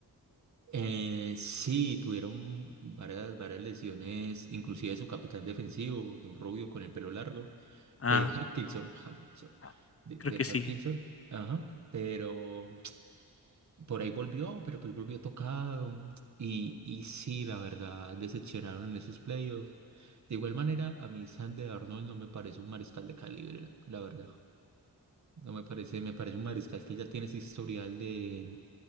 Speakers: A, on the right; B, on the left.
A: Eh, sí, tuvieron varias, varias lesiones, inclusive su capitán defensivo, de un rubio con el pelo largo,
B: Ah,
A: eh, Hutchinson, Hutchinson,
B: ah,
A: de,
B: creo
A: de
B: que sí.
A: Hutchinson, ajá, pero por ahí volvió, pero pues volvió tocado. Y, y sí, la verdad, decepcionaron en esos playoffs. De igual manera, a mí Sander Arnold no me parece un mariscal de calibre, la verdad. No me parece, me parece un mariscal que ya tiene ese historial de,